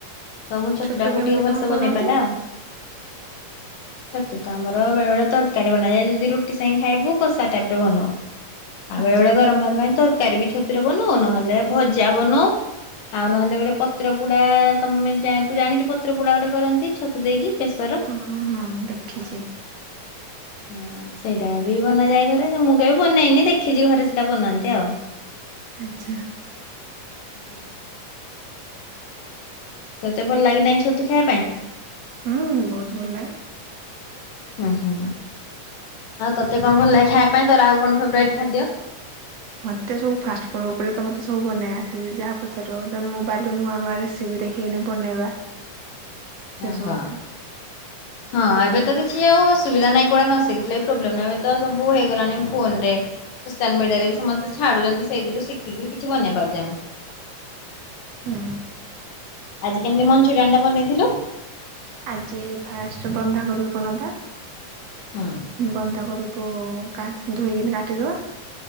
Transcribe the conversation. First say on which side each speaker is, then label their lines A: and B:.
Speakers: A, on the left; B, on the right.
A: ତମ ଛତୁଟାକୁ
B: ଛତୁ କେମିତି
A: ଟିକେ ଭଲସେ
B: କଣ କରନ୍ତି?
A: ବନେଇ ପାରେ ଆଉ। ଛତୁ ତ ଆମର ବେଳେ ବେଳେ ତରକାରୀ ବନାଯାଏ ଯଦି ରୁଟି ସାଙ୍ଗ ଖାଇବୁ କଷା ଟାଇପର ବନଉ। ଆଉ ବେଳେ
B: ଆଚ୍ଛା
A: ବେଳେ ଗରମ ଭାତ ପାଇଁ ତରକାରୀ ବି ଛତୁରେ ବନଉ ନହେଲେ ଭଜା ବନଉ। ଆଉ ନହେଲେ ଗୋଟେ ପତ୍ର ପୋଡା ତମେ ଯା ତୁ ଜାଣିଛୁ ପତ୍ର ପୋଡା ଗୋଟେ କରନ୍ତି ଛତୁ ଦେଇକି ବେଶର
B: ହଁ ହଁ ଦେଖିଛି।
A: ହଁ ସେଇଟା ବି ବନାଯାଏ ଘରେ ମୁଁ କେବେ ବନେଇନି ଦେଖିଛି ଘରେ ସେଇଟା ବନାନ୍ତି ଆଉ।
B: ଆଚ୍ଛା।
A: ହୁଁ। ତତେ ଭଲ ଲାଗି ନାହିଁ ଛତୁ ଖାଇବା ପାଇଁ?
B: ହୁଁ ବହୁତ ଭଲ ଲାଗେ।
A: ହୁଁ ହୁଁ। ଆଉ ତତେ କଣ ଭଲ ଲାଗ ଖାଇବା ପାଇଁ ତୋର ଆଉ କଣ ଫେବରାଇଟ ଖାଦ୍ୟ?
B: ମତେ ସବୁ ଫାଷ୍ଟ ଫୁଡ୍ ଉପରେ ତ ମତେ ସବୁ ବନେଇ ଆସେ ଯେ ଯାହା ପଚାରିବ ମୋବାଇଲ ରୁ ନୂଆ ନୂଆ ରେସିପି ଦେଖି କେନି ବନେଇବା? ସେ
A: ଓହୋ।
B: ସବୁ <inaudible>
A: ହଁ ଏବେ ତ କିଛି ଆଉ ଅସୁବିଧା ନାହିଁ କୁଡା ନସିକି ଥିଲେ ବି ପ୍ରୋବ୍ଲେମ ନାହିଁ ଏବେ ତ ସବୁ ହେଇଗଲାଣି ଫୋନରେ ସୋସିଆଲ୍ ମିଡ଼ିଆରେ ବି ସମସ୍ତେ ଛାଡ଼ୁଛନ୍ତି ସେଇଥିରୁ ଶିଖିକି ବି କିଛି ବନେଇ ପାରୁଛେ ଆମେ
B: ହୁଁ।
A: ଆଜି କେମିତି ମଞ୍ଚୁରିଆନ୍ ଟା ବନେଇଥିଲୁ?
B: ଆଜି ଫାଷ୍ଟ ବନ୍ଧା କବି କଣବା
A: ହଁ।
B: ବନ୍ଧାକୋବି କା ଧୋଇକିନ କାଟିଦବା।